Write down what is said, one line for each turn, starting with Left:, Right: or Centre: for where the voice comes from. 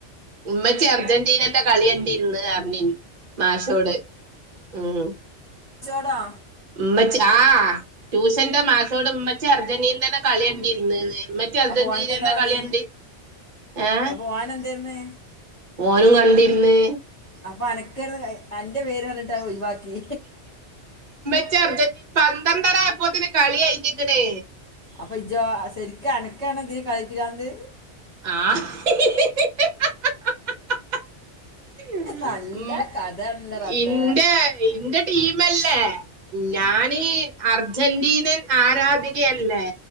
Right: ഉമ്മച്ചി അർജന്റീനന്റെ കളിയണ്ടിന്ന് ലവി മാസോട് ഉം
Left: കുടാ
Right: ഉമ്മച്ചി ആ ട്യൂഷന്റെ മാസോട് ഉമ്മച്ചി അർജന്റീനെ കളയണ്ടിര്ന്ന് മ്മച്ചി അർജന്റീനേന്റ
Left: അപ്പൊ ഓനക്ക് എന്താ പണി
Right: കളിയണ്ട് ഏ
Left: അപ്പൊ ഓൻ എന്തായിരുന്ന്
Right: ഓള്ള് വണ്ടീര്ന്ന്
Left: അപ്പോ അനക്കരുന്നു അന്റെ പേര് പറഞ്ഞിട്ട് അത് ഒഴുവാക്കി
Right: ഇജ്ജ് അർജന്റീന പന്ത്രണ്ടരായപ്പോതേന് കളി കഴിഞ്ഞിക്കണ്
Left: അപ്പൊ ഇജ്ജോ ശരിക്ക് അനക്കാണ് ഇത് കളിപ്രാന്ത്
Right: ആഹ് ഉമ്
Left: നല്ല കഥയാണല്ലോ റബ്ബേ
Right: ഇന്റെ ഇന്റെ ടീം മെല്ലെ ഞാനീ അർജന്റീനന് ആരാധികയല്ലേ